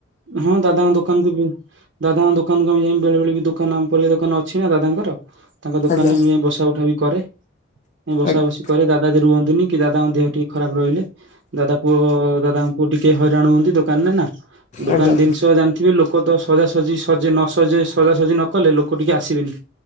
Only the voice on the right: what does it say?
ହଁ ଦାଦାଙ୍କ ଦୋକାନକୁୁ ବି ଦାଦାଙ୍କ ଦୋକାନକୁ ଆମେ ଯାଇ ବେଳେ ବଳେ ବି ଦୋକାନ ଆମ ପରିବା ଦୋକାନ ଅଛି ନା ଦାର ତାଙ୍କ ଦୋକାନରେ
ଯାଇ ବସା ଉଠା ବି କରେ ବସା
ବସି କରେ ଦାଦାଦି ରୁହନ୍ତି ଦନୀ କି ଦାଦାଙ୍କ ଦେହ ଟିକେ ଖରାପ ରହିଲେ ଦାଦା ପୁଅ ଦାଦାଙ୍କ ପୁଅ ଟିକେ ହଇରାଣ ହୁଅନ୍ତି ଦୋକାନରେ ନା। ଦୋକାନ
ଦିନିଷହ ଜାଣିଥିବେ ଲୋକ ଲୋକ ତ ସଜାସଜି ସଜେ ନସଜେ ସଜାସଜି ନ କଲେ ଲୋକ ଟିକେ ଆସିବେନି।